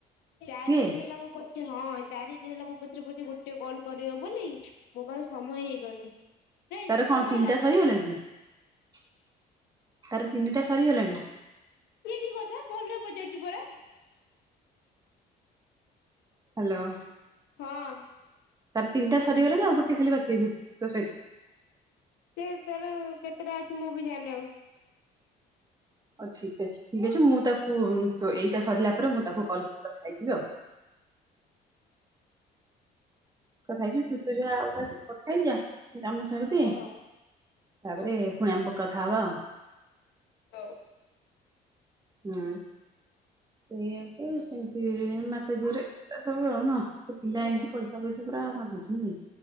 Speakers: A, on the left; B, on the right.
A: ଚାରି
B: ସିଏ
A: ଦିନ ହେଲା ମୋ ପଛ ହଁ, ଚାରି ଦିନ ହେଲା ମୋ ପଛରେ ପଡ଼ିଚି ଗୋଟେ କଲ୍ କରିବ ବୋଲି, ମୋ ପାଖରେ ସମୟ ହେଇପାରୁନି। ହେଇ
B: ତାର କଣ ତିନିଟା
A: ହେଲା
B: ସରିଗଲାଣି କି? ତାର ତିନିଟା ସରିଗଲାଣି।
A: ଇଏ କି କଥା ଭଲରେ ପଚାରୁଛି ପରା!
B: ହ୍ୟାଲୋ।
A: ହଁ।
B: ତାର ତିନିଟା ସରିଗଲାଣି ଆଉ, ଗୋଟେ ଖାଲି ବାକି ଅଛି, ତୋ ସହିତ।
A: ସେ ତାର କେତେଟା ଅଛି, ମୁଁ ବି ଜାନି ଆଉ।
B: ହଉ ଠିକ୍ ଅଛି, ଠିକ୍ ଅଛି। ମୁଁ ତାକୁ ତୋ ଏଇଟା ସରିଲା, ପରେ ମୁଁ ତାକୁ କଲ୍ କରିିକି କଥା ହେଇଯିବି ଆଉ। କଥା ହେଇଯିବି। ତୁ ତୋର ଯା ଆଉ କାହା ସହିତ କଥା ହେଇଯା। ମୁଁ କାମ ସାରିଦିଁଏ।
A: ଓହୋ
B: ତା'ପରେ
A: ହଉ
B: ଫୁଣି ଆମେ କଥା ହେବା ଆଉ।
A: ହଉ।
B: ହୁଁ। ସେଇଆକୁ ସେମତି-ଇ ମାତା ଝିଅରେ ପିଲା ସବୁ ନୁହଁ। ସେ ପିଲା
A: ହୁଁ
B: ଏମିତି କହିଛି ଟଙ୍କା ପଇସା ପୁରା ମାଗୁଛି ନାହିଁ।